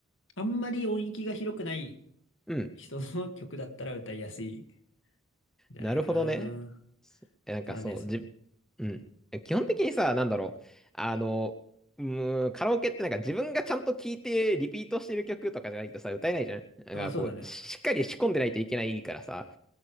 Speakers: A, on the left (about 60°); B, in the centre.
A: あんまり音域が広くない
B: うん
A: 人の曲だったら歌いやすい。じゃないかな。
B: なるほどね。そえなんかそう、
A: ただね、その、
B: じ、うん。え基本的にさ、なんだろう。あの、うーん、カラオケってなんか自分がちゃんと聴いてリピートしてる曲とかじゃないとさ、歌えないじゃん。なんかこう、
A: あまあそうだね。
B: しっかり仕込んでないといけないからさ。